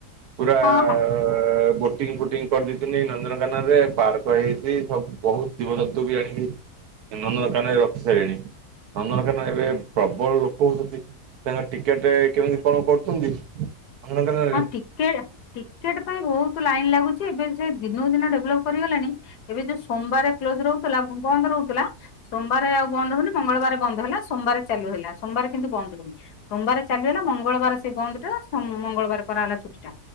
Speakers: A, on the right; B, on the left.
A: ପୁରା
B: ହଁ ହଁ ହଁ
A: ଆ ବୋଟିଂ ଫୋଟିଂ କରିଦେଇଛନ୍ତି ନନ୍ଦନକାନନ୍ ରେ। ପାର୍କ ହେଇଛି। ବହୁତ ଜୀବଜନ୍ତୁ ବି ଆଣିକି ନନ୍ଦନକାନନ ରେ ରଖି ସାରିଲେନି। ନନ୍ଦନକାନନ ରେ ଏବେ ପ୍ରବଳ ଲୋକ ହଉଛନ୍ତି। ତାର ଟିକେଟ କେମିତି କଣ କରୁଛନ୍ତି? ନନ୍ଦନକାନନରେ
B: ହଁ ଟିକେ ଟିକେଟ ପାଇଁ ବହୁତ ଲାଇନ୍ ଲାଗୁଛି ଏବେ ସେ ଦିନକୁ ଦିନ ଡେଭଲପ୍ କରିଗଲାଣି। ଏବେ ଯୋଉ ସୋମବାର କ୍ଲୋଜ ରହୁଥିଲା ବନ୍ଦ ରହୁଥିଲା। ସୋମବାର ଆଉ ବନ୍ଦ ହଉନି ମଙ୍ଗଳବାର ବନ୍ଦ ହେଲା ସୋମବାର ଚାଲୁ ହେଲା ସୋମବାର କିନ୍ତୁ ବନ୍ଦ ରହୁନି। ସୋମବାର ଚାଲିଗଲା ମଙ୍ଗଳବାର ସେ ବନ୍ଦ ଟା ସୋମ ମଙ୍ଗଳବାର କରାହେଲା ଛୁଟି ଟା।